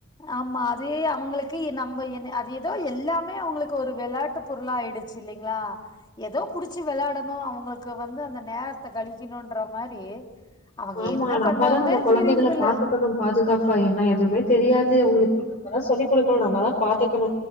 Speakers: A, on the left; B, on the left.
A: ஆமா அதே அவங்களுக்கு நம்ம என்ன அத எதோ எல்லாமே அவங்களுக்கு ஒரு வெளாட்டு பொருளா ஆயிடுச்சு இல்லிங்ளா ஏதோ புடிச்சு வெளாட்ணு அவங்களுக்கு வந்து அந்த நேரத்த கழிக்கணுன்ற மாரி அவங்க
B: ஆமா
A: என்ன
B: நம்மதா
A: பண்றாங்கன்னே
B: நம்ம கொழந்தைகள
A: தெரியறதில்ல
B: பாத்துக்கணு பாதுகாப்பா என்ன எதுவுமே தெரியாது அவங்களுக்கு நம்மதா சொல்லிக் குடுக்கணு நம்மதா பாத்துக்கணு